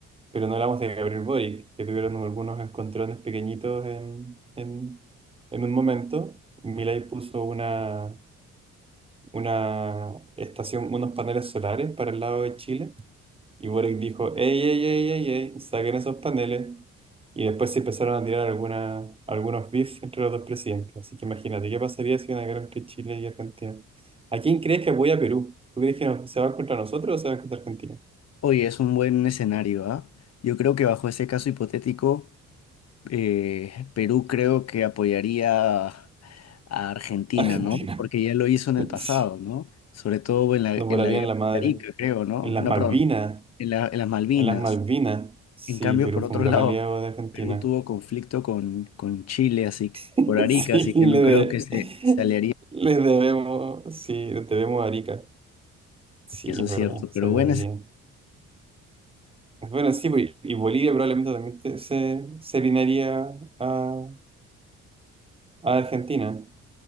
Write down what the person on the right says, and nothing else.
pero no hablamos de Gabriel Boric, que tuvieron algunos encontrones pequeñitos en, en, en un momento. Milei puso una una estación, unos paneles solares para el lado de Chile. Y Boric dijo, ey, ey, ey, ey, ey, saquen esos paneles. Y después se empezaron a tirar alguna, algunos beef entre los dos presidentes. Así que imagínate, ¿qué pasaría si hubiera una guerra entre Chile y Argentina? ¿A quién crees que apoya a Perú? ¿Tú crees que no- se va contra nosotros o se va contra Argentina?
Argentina.
<laughs>
Sí.
Nos
volarían
la madre.
En las
Malvinas.
En las Malvinas. Sí,
Perú
fue
un gran
aliado de Argentina.
<laughs>
Sí,
le,
de-
le debemos, sí, le debemos a Arica. Sí,
es
verdad,
se
debería.
Bueno, sí, pues, y Bolivia probablemente también te- se, se alinearía a, a Argentina.